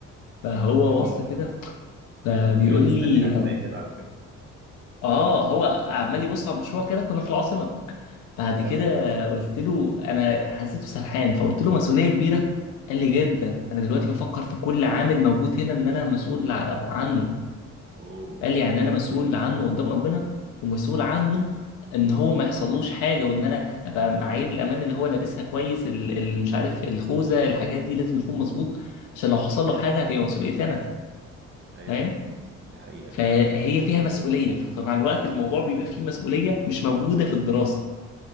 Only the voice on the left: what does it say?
فهو
بص
كده فبيقول
لي
اه هو عمال يبص على مشروع كده كنا في العاصمه بعد
كده قلت له انا حسيته سرحان فقلت له مسؤوليه كبيره قال لي جدا انا دلوقتي بفكر في كل عامل موجود هنا ان انا مسؤول ع- عنه
قال لي يعني انا مسؤول عنه قدام ربنا ومسؤول عنه ان هو ما يحصلوش حاجه وان انا ابقى معايير الامان اللي هو لابسها كويس ال- ال- مش عارف الخوذه الحاجات دي لازم يكون مظبوط عشان لو حصل له حاجه هتبقى مسؤوليتي انا
فاهم
فهي
فيها مسؤولية ف- فمع الوقت الموضوع بيبقى فيه مسؤولية مش موجودة في الدراسة